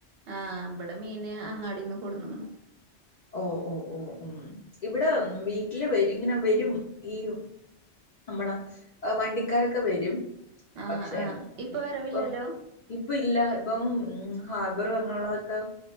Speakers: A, on the right; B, on the left.
A: ആഹ് ഇബടെ മീന് അങ്ങാടിന്ന് കൊട്ന്ന്ക്ണ്
B: ഓ ഓ ഓ ഉം ഇവ്ടെ വീട്ടില് വരിങ്ങനെ വരും ഈ നമ്മട വണ്ടിക്കാരൊക്കെ വരും
A: ആഹ്
B: പക്ഷെ
A: ആഹ് വരവില്ലല്ലോ
B: ഇപ്പൊ ഇപ്പ ഇല്ല ഇപ്പം ഉം ഹാബറ് അങ്ങനെയുള്ളതൊക്കെ